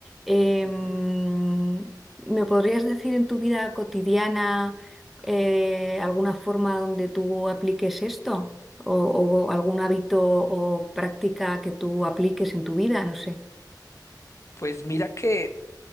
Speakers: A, in the centre; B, on the left.
A: Em,
B: Ujú.
A: ¿me podrías decir en tu vida cotidiana eh, alguna forma donde tú apliques esto? O, o algún hábito o práctica que tú apliques en tu vida? No sé.
B: Pues mira que